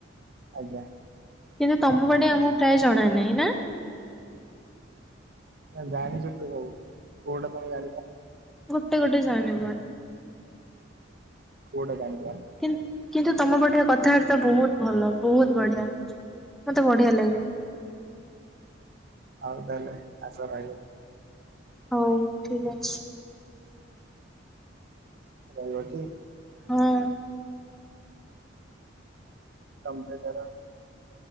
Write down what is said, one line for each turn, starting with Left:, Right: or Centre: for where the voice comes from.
Right: ଆଜ୍ଞା।
Centre: କିନ୍ତୁ ତମ ପଟେ ଆମକୁ ପ୍ରାୟ ଜଣା ନାଇ ନା?
Right: ନା ଜାଣିଛ ତ ସବୁ କୋଉଟା ତମେ ଜାଣିବ?
Centre: ଗୋଟେ ଗୋଟେ ଜାଣିବା
Right: କୋଉଟା ଜାଣିବା?
Centre: କି କିନ୍ତୁ ତମ ପଟିଆ କଥାବାତା ବହୁତ ଭଲ ବହୁତ ବଢିଆ ମତେ ବଢିଆ ଲାଗେ।
Right: ହଉ ତାହଲେ ଆସ ରାହିବ।
Centre: ହଉ ଠିକ୍ ଅଛି।
Right: ରହିବ ଟି?
Centre: ହଁ।
Right: ତମ ପେ <inaudible> ବେଦର